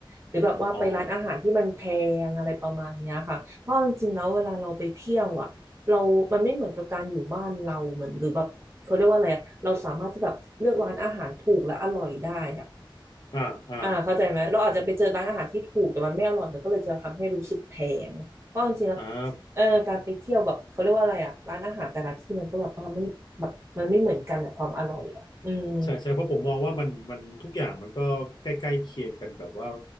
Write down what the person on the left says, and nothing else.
อ๋อ
อ่าอ่า
อ่า
ใช่ใช่เพราะผมมองว่ามันมันทุกอย่างมันก็ใกล้ๆเคียงกันแบบว่า